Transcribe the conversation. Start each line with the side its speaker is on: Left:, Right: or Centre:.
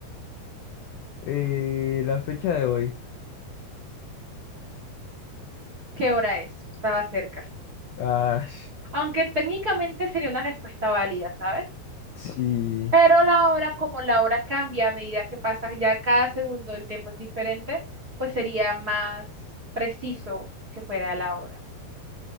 Left: Eh, la fecha de hoy.
Right: ¿Qué hora es? Estaba cerca.
Left: Ah,
Right: Aunque técnicamente sería una respuesta válida, ¿sabes?
Left: sí.
Right: Pero la hora, como la hora cambia a medida que pasa, ya cada segundo el tiempo es diferente, pues sería más preciso que fuera la hora.